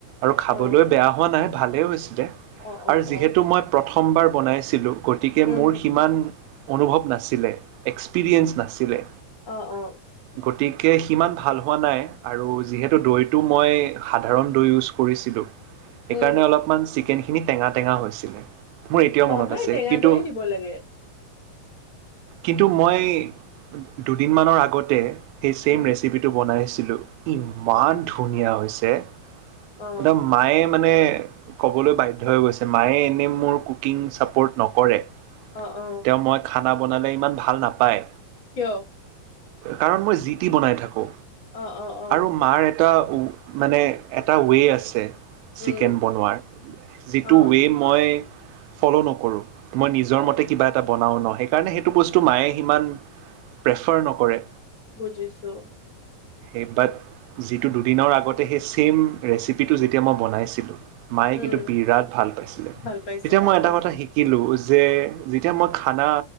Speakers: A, on the right (about 90°); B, on the left (about 55°).
A: আৰু খাবলৈ
B: অ
A: বেয়া হোৱা নাই, ভালেই হৈছিলে।
B: অ অ
A: আৰু যিহেতু
B: অ
A: মই প্ৰথমবাৰ বনাইছিলোঁ, গতিকে
B: উম
A: মোৰ সিমান অনুভৱ নাছিলে, এক্সপিৰিয়েঞ্চ নাছিলে।
B: অ', অ'।
A: গতিকে সিমান ভাল হোৱা নাই, আৰু যিহেতু দৈটো মই সাধাৰণ দৈ ইউজ কৰিছিলোঁ। সেইকাৰণে
B: উম
A: অলপমান চিকেনখিনি টেঙা টেঙা হৈছিলে। মোৰ এতিয়াও
B: অ
A: মনত
B: নাই
A: আছে,
B: টেঙা
A: কিন্তু
B: দৈয়ে দিব লাগে
A: কিন্তু, মই দুদিনমানৰ আগতে সেই চছেইম
B: উম
A: ৰেচিপিটো বনাইছিলোঁ। ইমান ধুনীয়া হৈছে। একদম
B: অ
A: মায়ে মানে ক'বলৈ বাধ্য হৈ গৈছে। মায়ে এনে মোৰ কুকিং চাপৰ্ট নকৰে।
B: অ', অ'।
A: তেওঁ মই খানা বনালে ইমান ভাল নাপায়।
B: কিয়?
A: কাৰণ মই যি টি বনাই থাকো।
B: অ অ অ
A: আৰু মাৰ এটা ও মানে এটা ৱে আছে,
B: উম
A: চিকেন বনোৱাৰ। যিটো
B: অ
A: ৱে মই ফ'ল নকৰোঁ। মই নিজৰ
B: অ
A: মতে কিবা এটা বনাওক ন' সেই কাৰণে সেইটো বস্তু মায়ে সিমান প্ৰেফাৰ নকৰে।
B: বুজিছোঁ।
A: সেই বাট, যিটো দুদিনৰ আগতে সেই চেইম ৰেচিপিটো যেতিয়া মই বনাইছিলোঁ। মায়ে
B: উম
A: কিন্তু বিৰাট ভাল পাইছিলে।
B: ভাল পাইছে
A: তেতিয়া
B: অ
A: মই এটা
B: অ
A: কথা শিকি লোঁ যে যেতিয়া মই খানা,